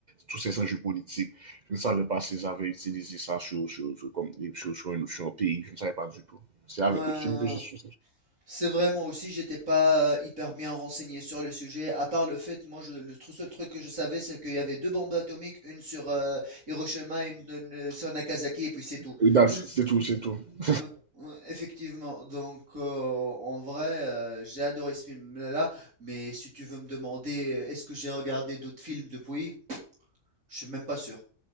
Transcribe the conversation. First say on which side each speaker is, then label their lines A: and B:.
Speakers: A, on the right; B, on the right.
A: tous ces enjeux politiques. Je ne savais pas s'ils avaient utilisé ça sur, sur, sur- comme, sur, sur un, sur un pays. Je ne savais pas du tout. C'est avec
B: Euh,
A: le film que j'ai su.
B: c'est vraiment aussi, j'étais pas hyper bien renseigné sur le sujet, à part le fait, moi, je- le tru- seul truc que je savais, c'est qu'il y avait deux bombes atomiques, une sur euh, Hiroshima et une, une sur Nagasaki, et puis c'est tout.
A: Oui, bah,
B: Tout
A: C'est
B: le-
A: c'est tout, c'est tout. <laughs>
B: euh, ouais, effectivement, donc euh, en vrai, euh, j'ai adoré ce film-là, mais si tu veux me demander, euh, est-ce que j'ai regardé d'autres films depuis, je suis même pas sûr.